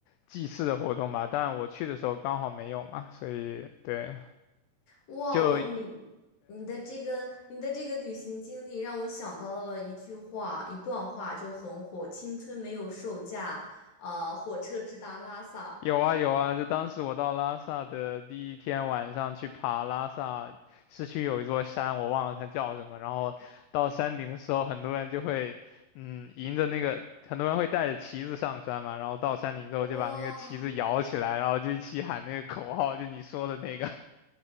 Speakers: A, on the left; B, on the left.
A: 祭祀的活动吧，但我去的时候刚好没有嘛，所以对。
B: 哇，
A: 就对。
B: 我你你的这个你的这个旅行经历让我想到了一句话，一段话就很火：青春没有售价，啊，火车直达拉萨。
A: 有啊有啊，就当时我到拉萨的第一天晚上去爬拉萨市区有一座山，我忘了它叫什么。然后到山顶的时候，很多人就会，嗯，迎着那个，很多人会带着旗子上山嘛。然后到山顶之后，
B: 哇，
A: 就把那个旗子摇起来，然后就一起喊那个口号，就你说的那个。<laughs>